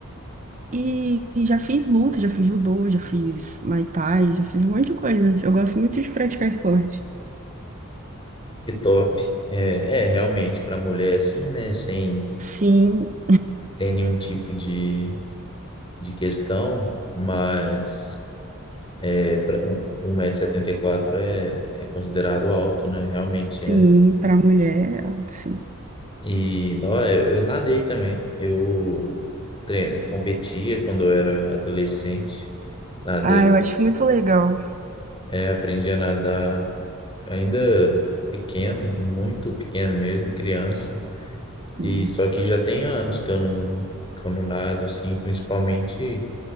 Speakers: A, on the right (about 35°); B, on the left (about 25°).
A: E, e já fiz luta, já fiz judô, já fiz muay thai, já fiz um monte de coisa. Eu gosto muito de praticar esporte.
B: Que top. É, é realmente para mulher assim, né? Sem
A: Sim,
B: ter nenhum tipo de, de questão, mas é, pra- um- 1,74m é, é considerado alto, né? Realmente é.
A: sim, para mulher, sim.
B: E não, eu, eu nadei também. Eu tre- competia quando eu era adolescente. Nadei,
A: Ah, eu acho muito legal.
B: é, aprendi a nadar ainda pequeno, muito pequeno mesmo, criança.
A: Hum.
B: E só que já tem anos que eu não, que eu não nado, assim, principalmente